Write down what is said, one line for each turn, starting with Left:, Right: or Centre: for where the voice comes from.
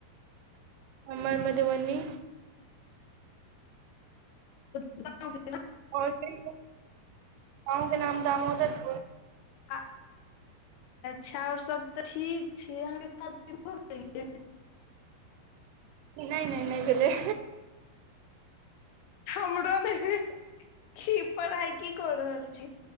Right: हमर मधुबनी
Left: <unintelligible>
Right: आओर कहियो गाँव के नाम दामोदर
Left: आ अच्छा आओर सब तऽ ठीक छै अहाँके शादी भऽ गेल यै
Right: नहि नहि नहि भेलै
Left: हमरो ने भेलै कि पढ़ाई की कऽ रहल छी